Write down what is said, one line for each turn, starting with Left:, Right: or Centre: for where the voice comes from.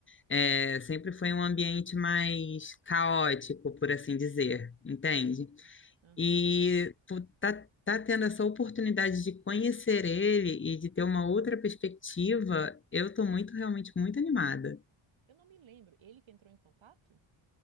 Left: É, sempre foi um ambiente mais caótico, por assim dizer, entende?
Right: sim. Aham.
Left: E tu tá, tá tendo essa oportunidade de conhecer ele e de ter uma outra perspectiva, eu tô muito, realmente muito animada.
Right: Eu não me lembro. Ele que entrou em contato?